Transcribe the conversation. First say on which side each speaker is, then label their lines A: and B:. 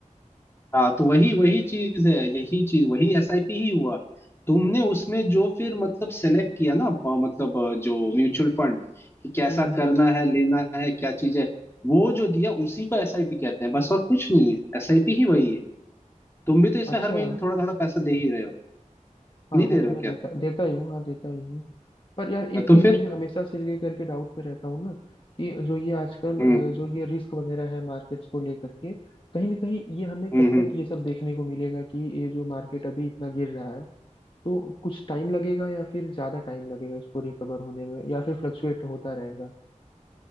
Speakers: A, on the left; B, on the left.
A: हाँ तो वही वही चीज है यही चीज वही एसआईपी ही हुआ तुमने उसमें जो फिर मतलब सेलेक्ट किया ना ब- मतलब अ, जो म्यूचुअल फंड कि कैसा
B: हम्म
A: करना है लेना है क्या चीज है वो जो दिया उसी को एसआईपी कहते हैं बस और कुछ नहीं है एसआईपी ही वही है तुम भी तो इसमें
B: अच्छा
A: हर महीने थोड़ा थोड़ा पैसा दे ही रहे हो
B: हाँ
A: नहीं
B: वो
A: दे रहे
B: तो
A: हो
B: मैं
A: क्या
B: देता देता ही हूँ हाँ देता ही हूँ पर यार
A: हाँ,
B: एक
A: तो
B: चीज
A: फिर
B: मुझे हमेशा से लेकर के डाउट में रहता हूँ ना कि जो ये आजकल
A: हम्म
B: अ, जो ये रिस्क वगैरह है मार्केट्स को लेकर के कहीं ना कहीं ये हमें
A: हम्म
B: कब
A: हम्म
B: तक ये सब देखने को मिलेगा कि ये जो मार्केट अभी इतना गिर रहा है तो कुछ टाइम लगेगा या फिर ज्यादा टाइम लगेगा इसको रिकवर होने में या फिर फ्लक्चुएट होता रहेगा